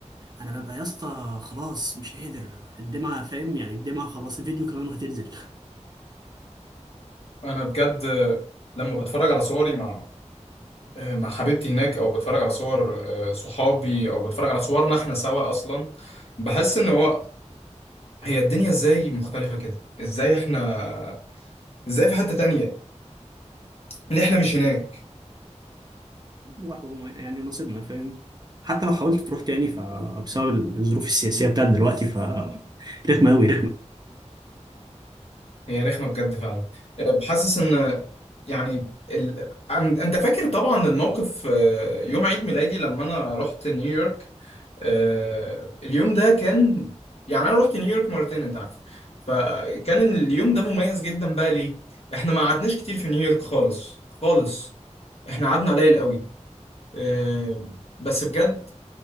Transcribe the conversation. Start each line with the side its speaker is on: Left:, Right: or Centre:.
Right: انا ببقى يا اسطى خلاص مش قادر الدمعه فاهم يعني الدمعه خلاص الفيديو كمان وهتنزل
Left: انا بجد لما بتفرج على صوري مع مع حبيبتي هناك او بتفرج على صور آه، صحابي او بتفرج على صورنا احنا سوا اصلا بحس ان هو هي الدنيا ازاي مختلفة كده ازاي احنا ازاي في حتة تانية ليه احنا مش هناك
Right: <laughs> يعني نصيبنا فاهم حتى لو حاولت تروح تاني فبسبب الظروف السياسيه بتاعت دلوقتي فرخمه قوي
Left: هي رخمة بجد فعلا آه، بحسس ان يعني ال... عن- انت فاكر طبعا الموقف آه، يوم عيد ميلادي لما انا رحت نيويورك آه، اليوم ده كان يعني انا رحت نيويورك مرتين انت عارف فكان اليوم ده مميز جدا بقى ليه احنا ما قعدناش كتير في نيويورك خالص خالص احنا قعدنا قليل قوي آه، بس بجد